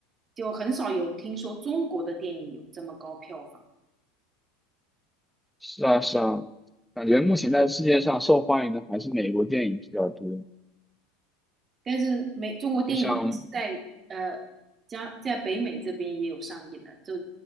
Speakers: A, on the right; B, in the centre.
A: 就很少有听说中国的电影有这么高票房。
B: 是啊，是啊，感觉目前在世界上受欢迎的还是美国电影比较多。
A: 但是美中国电影它是在呃加在北美这边也有上映的，
B: 就像
A: 就